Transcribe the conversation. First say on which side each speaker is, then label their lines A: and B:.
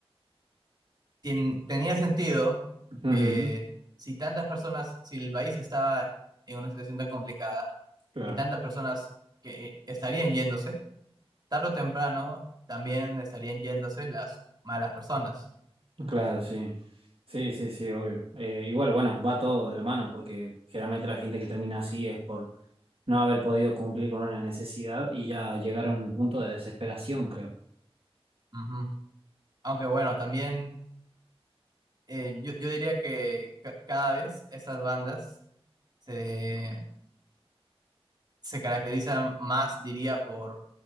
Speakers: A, on the right; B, on the right.
A: tien- tenía sentido
B: Ujú,
A: que si tantas personas, si el país estaba en una situación tan complicada
B: Claro,
A: y tantas personas que eh, estarían yéndose, tarde o temprano también estarían yéndose las malas personas.
B: claro, sí. Sí, sí, sí, obvio. Eh, igual, bueno, bueno, va todo de la mano, porque generalmente la gente que termina así es por no haber podido cumplir con una necesidad y ya llegar a un punto de desesperación, creo.
A: Ujú. Aunque bueno, también eh, yo, yo diría que ca- cada vez estas bandas se, se caracterizan más, diría, por